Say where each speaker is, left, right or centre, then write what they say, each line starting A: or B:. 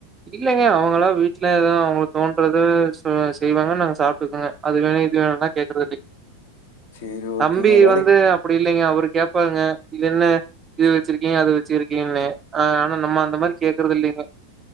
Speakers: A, on the right (about 20°); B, on the left (about 55°).
A: இல்லங்க அவங்களா வீட்ல எதோ அவுங்களுக் தோன்றது ச செய்வாங்க நாங்க சாப்ட்டுக்கோங்க அது வேணு இது வேணுன்னா கேககுறது இல்லிங்க
B: சரி ஓகேங்க.
A: தம்பி
B: வேலைக்
A: வந்து அப் டி இல்லிங்க அவரு கேப்பாருங்க இது என்ன இது வச்சிருக்கீங்க அது வச் ச்சிருக்கீங்கன்னு ஆ ஆனா நம்ம அந்த மாரி கேக்குறது இல்லிங்க